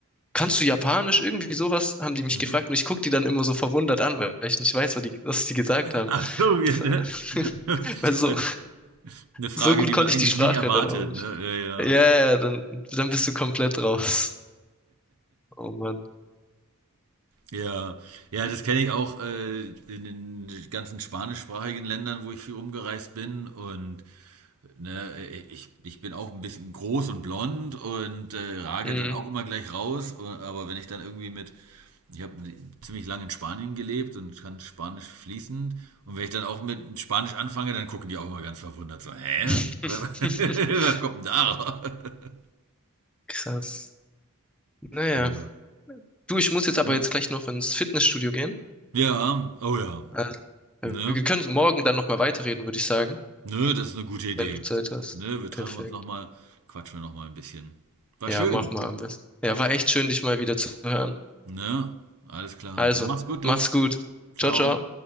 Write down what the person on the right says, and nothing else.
Mhm.
Ach
so, ja,
ne?
<laughs>
Weil Eine Frage,
die
man eigentlich
nie erwartet,
ne? Ja, ja.
Ja, ja, das kenne ich auch äh, in den ganzen spanischsprachigen Ländern, wo ich viel rumgereist bin. Und Ne, äh, ich, ich bin auch ein bisschen groß und blond und äh, rage
dann auch immer gleich raus. Und- Aber wenn ich dann irgendwie mit, ich habe ziemlich lange in Spanien gelebt und kann Spanisch fließend. Und wenn ich dann auch mit Spanisch anfange, dann gucken die auch immer ganz verwundert so, hä?
<laughs> Was, kommt denn da? raus?" <laughs>
Ja.
Ne.
Ja, oh ja.
Ne?
Ne, das ist eine gute Idee.
Ne, wir treffen
uns nochmal, quatschen wir nochmal ein bisschen. War
schön.
Ne? Alles klar.
Dann mach's gut, du.
Ciao.